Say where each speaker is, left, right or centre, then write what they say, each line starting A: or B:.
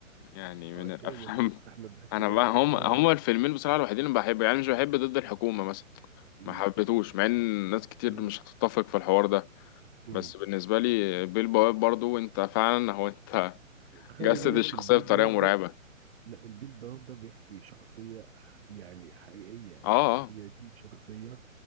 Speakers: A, on the left; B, on the right.
A: يعني
B: اه
A: من
B: انت
A: الأفلام
B: ايه متخصص
A: <laughs>
B: احمد زكي
A: أنا بقى
B: <laughs>
A: هم
B: اه
A: هم الفيلمين بصراحة الوحيدين اللي بحب يعني مش بحب ضد الحكومة مثلا
B: مم.
A: ما حبيتهوش مع ان ناس كتير
B: مم.
A: مش هتتفق في الحوار ده
B: مم.
A: بس بالنسبة لي بيل بواب برضو انت فعلا هو انت <laughs>
B: خلي
A: جسد
B: بالك
A: الشخصية
B: البيه البواب
A: بطريقة مرعبة
B: لا البيلباوب ده بيحكي شخصية ح- يعني حقيقية يعني
A: اه اه
B: هي دي شخصية